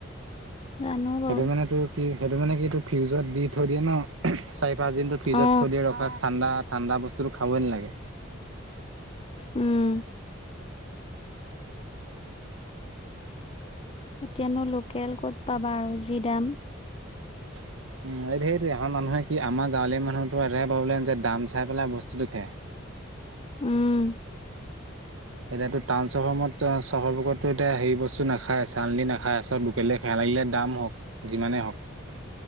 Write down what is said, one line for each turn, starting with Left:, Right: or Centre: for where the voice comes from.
Left: অ'। জানো বাৰু
Right: সেইটো মানে তোৰ কি সেইটো মানে কি তোৰ ফ্ৰিজত দি থৈ দিয়ে ন। চাৰি পাঁচ দিনটো ফ্ৰিজত
Left: অ
Right: থৈ দিয়ে ৰখা ঠাণ্ডা ঠাণ্ডা বস্তুটো খাবই নালাগে।
Left: উম। এতিয়ানো লোকেল ক'ত পাবা আৰু যি দাম।
Right: উম, এই সেইটোৱেই, আমাৰ মানুহে কি আমাৰ গাঁৱলীয়া মানুহৰতো এটাই প্ৰব্লেম যে দাম চাই পেলাই বস্তুটো খায়।
Left: উম।
Right: এতিয়াতো টাউন চহৰবত-চহৰবোকততো এতিয়া হেৰি বস্তু নাখাই চালানী নাখায় চব লোকেলেই খাই। লাগিলে দাম হ'ক, যিমানে হ'ক।